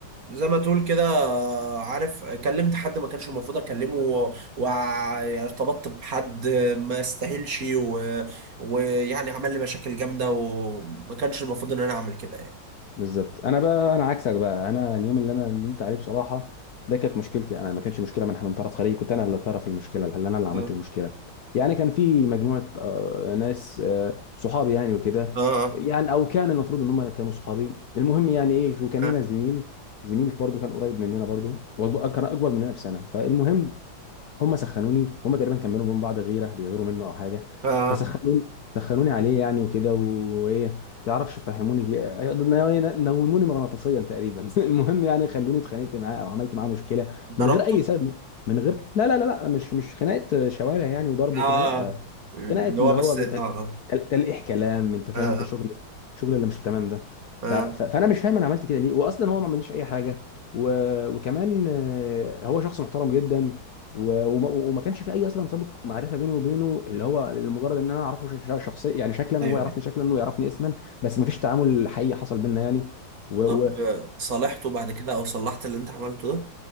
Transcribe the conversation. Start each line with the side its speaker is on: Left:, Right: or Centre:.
Right: زي ما تقول كده آه، عارف كلمت حد ما كانش المفروض اكلمه و- وارتبطت بحد ما يستاهلش و- ويعني عمل لي مشاكل جامده وما كانش المفروض ان انا اعمل كده يعني
Left: بالظبط انا بقى انا عكسك بقى انا اليوم اللي انا ندمت عليه بصراحه ده كانت مشكلتي انا ما كانش مشكله من من طرف خارجي كنت انا اللي طرف المشكله اللي انا اللي عملت
Right: اه
Left: المشكله يعني كان في مجموعه آه، ناس آه، صحابي يعني وكده
Right: اه
Left: يعني او كان المفروض ان هم كانوا صحابي المهم يعني ايه وكان
Right: آه.
Left: لنا زميل زميلك برضو كان قريب مننا برضو وأكبر- كان اكبر مننا بسنه فالمهم هم سخنوني هم تقريبا كملوا من بعض غيره بيغيروا منه او حاجه مم.
Right: آه.
Left: فسخنوني سخنوني عليه يعني وكده وايه تعرفش فهموني نوموني مغناطيسيا تقريبا <laughs> المهم يعني خلوني اتخانقت معاه او عملت معاه مشكله
Right: ضربته
Left: من غير اي سبب من غير لا لا لا لا مش مش خناقه شوارع يعني وضرب
Right: اه
Left: وكده لا
Right: اللي
Left: خناقه اللي
Right: هو بس
Left: هو بتل...
Right: اه اه
Left: تل- تلقيح كلام انت فاهم
Right: اه
Left: انت شغل شغل اللي مش تمام ده
Right: اه
Left: ف... ف... فانا مش فاهم انا عملت كده ليه واصلا هو ما عملليش اي حاجه و... وكمان آه، هو شخص محترم جدا و... وما... وما كانش في اي اصلا سابق معرفه بيني وبينه اللي هو لمجرد ان انا اعرفه ش... ش- شخصيا يعني شكلا
Right: ايوه
Left: وهو يعرفني
Right: ايوه
Left: شكلا ويعرفني اسما بس ما فيش تعامل حقيقي حصل بينا يعني و... و...
Right: طب آه، صالحته بعد كده او صلحت اللي انت عملته ده